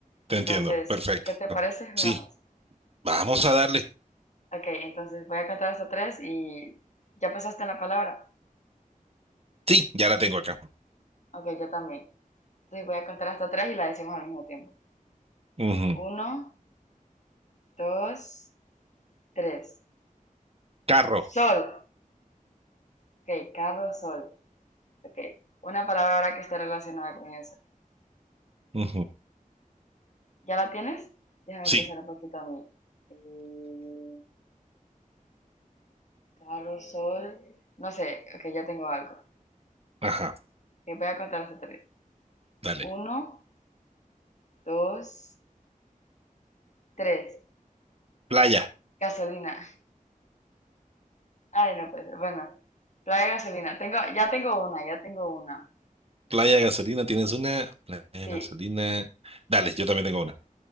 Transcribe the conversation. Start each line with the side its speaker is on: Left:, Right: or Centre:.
Right: te
Left: Entonces,
Right: entiendo, perfecto.
Left: ¿qué te parece? Jugamos.
Right: Sí, vamos a darle.
Left: Ok, entonces voy a contar hasta tres y ya pensaste en la palabra.
Right: Sí, ya la tengo acá.
Left: Ok, yo también. Entonces voy a contar hasta tres y la decimos al mismo tiempo.
Right: Ujú,
Left: Uno, dos, tres.
Right: Carro.
Left: Sol. Ok, carro, sol. Ok, una palabra ahora que esté relacionada con eso.
Right: Ujú,
Left: ¿Ya la tienes? Déjame
Right: Sí,
Left: pensar un poquito a mí. Eh, carro, sol. No sé, ok, ya tengo algo.
Right: ajá,
Left: Que voy a contar hasta tres.
Right: dale.
Left: Uno, dos, tres.
Right: Playa,
Left: Gasolina. Ay, no puede ser. Bueno, playa de gasolina. Tengo, ya tengo una, ya tengo una.
Right: playa de gasolina, ¿tienes una? Playa de
Left: Sí,
Right: gasolina. Dale, yo también tengo una.